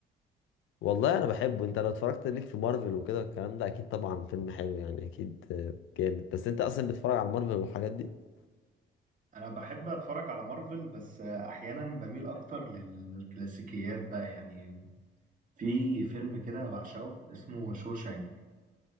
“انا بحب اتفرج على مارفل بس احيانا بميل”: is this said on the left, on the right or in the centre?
Right